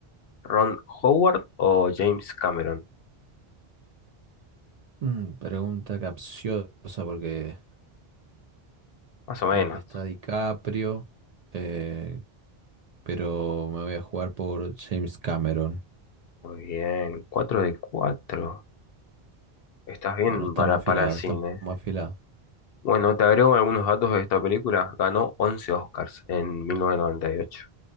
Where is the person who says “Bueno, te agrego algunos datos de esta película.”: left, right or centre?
Left